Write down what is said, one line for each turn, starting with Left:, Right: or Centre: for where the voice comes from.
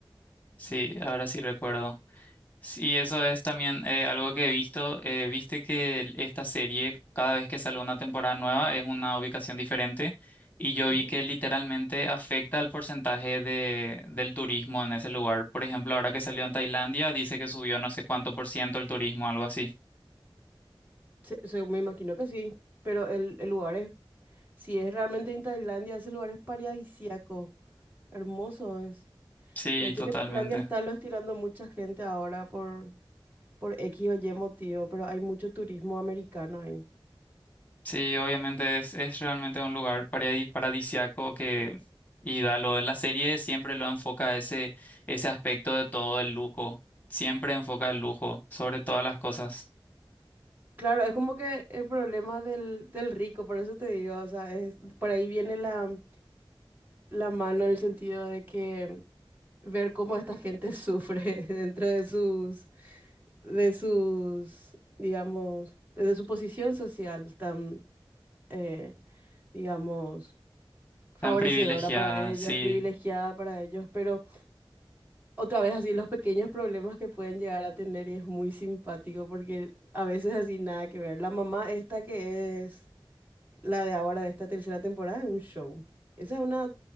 Left: sí, ahora sí recuerdo. Sí, eso es también eh, algo que he visto. Eh, viste que el- esta serie, cada vez que sale una temporada nueva, es una ubicación diferente. Y yo
Right: Ujú.
Left: vi que literalmente afecta al porcentaje de, del turismo en ese lugar. Por ejemplo, ahora que salió en Tailandia, dice que subió no sé cuánto por ciento el turismo, algo así.
Right: Se- se- me imagino que sí, pero el, el lugar es... Si es realmente en Tailandia, ese lugar es paradisíaco. Hermoso es.
Left: Sí,
Right: De hecho,
Left: totalmente.
Right: que Tailandia está lo estirando mucha gente ahora por, por X o Y motivo, pero hay mucho turismo americano ahí.
Left: Sí, obviamente es, es realmente un lugar paradi- paradisiaco que, y da lo de la serie siempre lo enfoca ese, ese aspecto de todo el lujo. Siempre enfoca el lujo sobre todas las cosas.
Right: Claro, es como que el problema del, del rico, por eso te digo, o sea, es, por ahí viene la, la mano en el sentido de que ver cómo esta gente <laughs> sufre dentro de sus, de sus, digamos, de su posición social tan, eh, digamos, favorecedora
Left: Tan privilegiada,
Right: para ellos,
Left: sí.
Right: privilegiada para ellos, pero otra vez así los pequeños problemas que pueden llegar a tener y es muy simpático porque a veces así nada que ver. La mamá esta que es la de ahora, de esta tercera temporada, es un show. Esa es una,